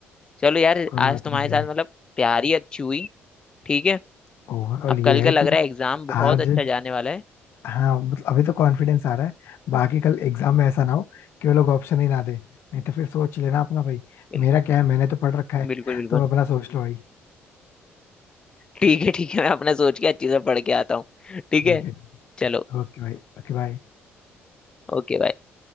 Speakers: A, on the left; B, on the left.
A: चलो यार
B: कोई
A: आज
B: बात
A: तुम्हारे
B: नहीं भाई
A: साथ मतलब प्यारी अच्छी हुई ठीक है
B: ओवरऑल
A: अब
B: ये
A: कल का
B: है
A: लग
B: कि
A: रहा है एग्जाम बहुत
B: आज
A: अच्छा जाने वाला है
B: हाँ मतलब अभी तो कॉन्फिडेंस आ रहा है बाकी कल एग्जाम में ऐसा ना हो कि वो लोग ऑप्शन ही ना दे नहीं तो फिर सोच लेना अपना भाई
A: बिल,
B: मेरा क्या है मैंने तो पढ़ रखा है
A: बिल्कुल बिल्कुल
B: तुम अपना सोच लो भाई
A: ठीक है ठीक है मैं अपना सोच के अच्छे से पढ़ के आता हूँ ठीक
B: ठीक
A: है
B: है
A: चलो
B: ओके भाई ओके भाई
A: ओके